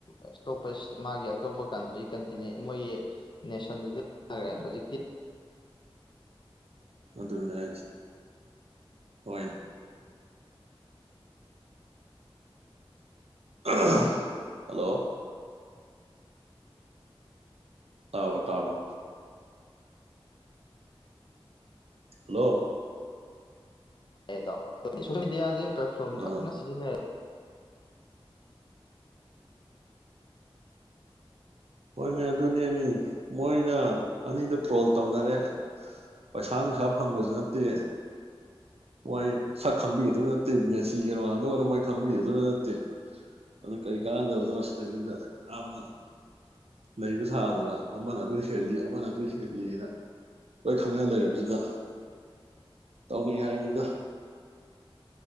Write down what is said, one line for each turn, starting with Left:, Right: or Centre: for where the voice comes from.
Left: ꯑꯇꯣꯞꯄ ꯃꯥꯒꯤ ꯑꯇꯣꯞꯄ ꯀꯟꯇ꯭ꯔꯤ ꯀꯟꯇꯤꯅꯦꯟ ꯃꯣꯏꯒꯤ ꯅꯦꯁꯟꯗꯨꯗꯈ꯭ꯔꯦ ꯍꯧꯖꯤꯛꯇꯤ
Right: ꯑꯗꯨꯟꯅꯦ ꯍꯥꯏꯁꯤ ꯍꯣꯏ ꯍꯜꯂꯣ ꯇꯥꯕꯣ ꯇꯥꯕ꯭ꯔꯣ ꯍꯜꯂꯣ
Left: <unintelligible> ꯄ꯭ꯂꯦꯠꯐꯣꯝ
Right: ꯑꯥ
Left: ꯐꯖꯅ ꯁꯤꯖꯤꯟꯅꯔꯦ
Right: ꯍꯣꯏ ꯃꯤ ꯑꯗꯨꯅꯦ ꯃꯤ ꯃꯣꯏꯅ ꯑꯅꯤꯗ ꯇ꯭ꯔꯣꯜ ꯇꯧꯅꯔꯦ ꯄꯩꯁꯥ ꯅꯨꯡꯁꯥ ꯐꯪꯕꯁꯨ ꯅꯠꯇꯦ ꯃꯣꯏ ꯁꯛ ꯈꯪꯕꯤꯒꯗꯕ ꯅꯠꯇꯦ ꯃꯦꯁꯤꯒ ꯔꯣꯅꯥꯟꯗꯣꯒꯅ ꯃꯣꯏ ꯈꯪꯕꯤꯒꯗꯕ ꯅꯠꯇꯦ ꯑꯗꯨ ꯀꯔꯤ ꯀꯥꯟꯅꯗꯕꯗꯣ ꯁꯤꯗꯩꯁꯤꯗ ꯌꯥꯝꯅ ꯂꯩꯕ ꯁꯥꯗꯅ ꯑꯃꯅ ꯑꯗꯨ ꯍꯦꯜꯂꯤ ꯑꯃꯅ ꯑꯗꯨ ꯍꯦꯜꯂꯤꯅ ꯂꯣꯏ ꯈꯪꯅ ꯂꯩꯔꯕꯁꯤꯗ ꯇꯧꯅꯩ ꯍꯥꯏꯃꯤꯗ